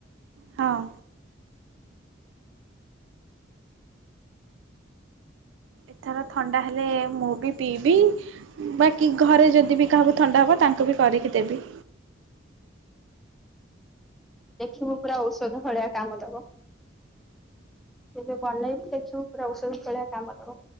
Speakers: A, on the right; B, in the centre.
A: ହଁ। ଏଥର ଥଣ୍ଡା ହେଲେ ମୁଁ ବି ପିଇବି। ବାକି ଘରେ ଯଦି ବି କାହାକୁ ଥଣ୍ଡା ହବ ତାଙ୍କୁ ବି କରିକି ଦେବି।
B: ଦେଖିବୁ ପୁରା ଔଷଧ ଭଳିଆ କାମ ଦବ। ଏବେ ବନେଇବୁ ଦେଖିବୁ ପୁରା ଔଷଧ ଭଳିଆ କାମ ଦବ।